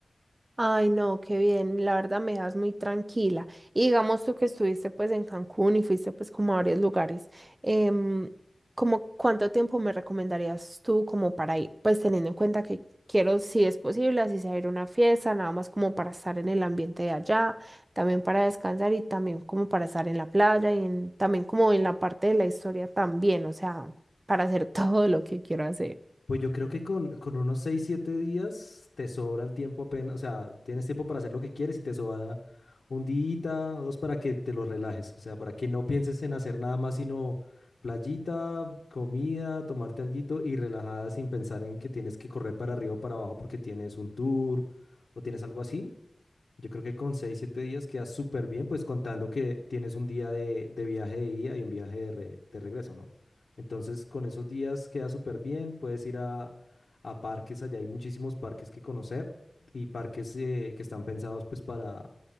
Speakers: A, on the right; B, on the left.
A: Ay, no, qué bien, la verdad me das muy tranquila. Y digamos tú que estuviste pues en Cancún y fuiste pues como a varios lugares, em, como cuánto tiempo me recomendarías tú como para ir? Pues teniendo en cuenta que quiero, si es posible, así sea ir a una fiesta, nada más como para estar en el ambiente de allá, también para descansar y también como para estar en la playa y en- también como en la parte de la historia también, o sea, para hacer <laughs> todo lo que quiero hacer.
B: Pues yo creo que con, con unos 6 7 días te sobra el tiempo apenas, o sea, tienes tiempo para hacer lo que quieres y te sobra un día o dos para que te lo relajes, o sea, para que no pienses en hacer nada más sino playita, comida, tomarte alguito y relajada sin pensar en que tienes que correr para arriba o para abajo porque tienes un tour o tienes algo así. Yo creo que con seis, siete días quedas súper bien, pues contando que tienes un día de, de viaje de ida y un viaje de, re- de regreso, ¿no? Entonces, con esos días quedas súper bien, puedes ir a, a parques, allá hay muchísimos parques que conocer y parques eh, que están pensados pues para,